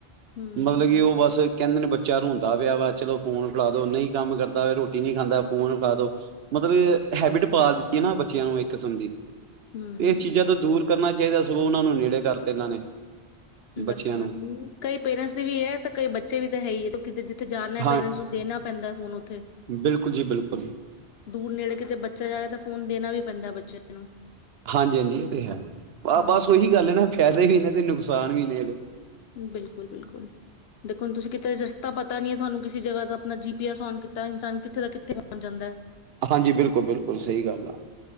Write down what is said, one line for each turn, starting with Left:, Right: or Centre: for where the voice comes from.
Left: ਹੂੰ
Right: ਮਤਲਬ ਕੀ ਉਹ ਬਸ ਕਹਿੰਦੇ ਨੇ ਬੱਚਾ ਰੌਂਦਾ ਪਿਆ ਵਾ। ਚਲੋ ਫੋਨ ਫੜਾ ਦੋ ਨਹੀਂ ਕੰਮ ਕਰਦਾ, ਰੋਟੀ ਨਹੀਂ ਖਾਂਦਾ, ਫੋਨ ਫੜਾ ਦੋ ਮਗਰ ਐ ਹੈਬਿਟ ਪਾ ਦਿੱਤੀ ਹੈ। ਨਾ ਬੱਚਿਆਂ ਨੂੰ ਇੱਕ ਕਿਸਮ ਦੀ
Left: ਹੂੰ ਹੂੰ
Right: ਇਹ ਚੀਜ਼ਾਂ ਤੋਂ ਦੂਰ ਕਰਨਾ ਚਾਹੀਦਾ। ਸਗੋਂ ਉਹਨਾਂ ਨੂੰ ਨੇੜੇ ਕਰਤੇ ਇਹਨਾਂ ਨੇ ਬੱਚਿਆਂ
Left: ਬਸ-
Right: ਨੂੰ
Left: ਬਸ ਕਈ ਪੇਰੈਂਟਸ ਦੀ ਵੀ ਹੈ। ਤੇ ਕਈ ਬੱਚੇ ਵੀ ਤਾਂ ਹੈ ਹੀ ਹੈ। ਕਿਤੇ ਤੇ ਜਾਣਾ ਐ
Right: ਹਾਂ
Left: ਪੇਰੈਂਟਸ ਨੂੰ ਦੇਣਾ ਪੈਂਦਾ। ਹੁਨ ਹੈ।
Right: ਬਿਲਕੁਲ ਜੀ ਬਿਲਕੁਲ
Left: ਦੂਰ ਨੇੜੇ ਕਿਤੇ ਬੱਚਾ ਜਾਵੇ ਤਾਂ ਫੋਨ ਦੇਣਾ ਵੀ ਪੈਂਦਾ ਬੱਚੇ ਨੂੰ
Right: ਹਾਂਜੀ- ਹਾਂਜੀ ਓਹ ਤੇ ਹੈ ਆ,
Left: ਹੂੰ
Right: ਬਸ ਉਹੀ ਗੱਲ ਐ ਨਾ। ਫੇਦੇ ਵੀ ਨੇ ਤੇ ਨੁਕਸਾਨ ਵੀ ਨੇ ਇਹਦੇ
Left: ਬਿਲਕੁਲ ਬਿਲਕੁਲ ਦੇਖੋ ਹੁਣ, ਤੁਸੀਂ ਕਿਤੇ ਰਸਤਾ ਪਤਾ ਨੀ ਤੁਹਾਨੂੰ ਕਿਸੇ ਜਗ੍ਹਾ ਦਾ ਆਪਣਾ ਜੀ ਪੀ ਐਸ ਨ ਕੀਤਾ ਇਨਸਾਨ ਕਿਥੇ ਦਾ ਕਿਥੇ ਪਹੁੰਚ ਜਾਂਦਾ।
Right: ਹਾਂਜੀ। ਬਿਲਕੁਲ-ਬਿਲਕੁਲ ਸਹੀ ਗੱਲ ਆ।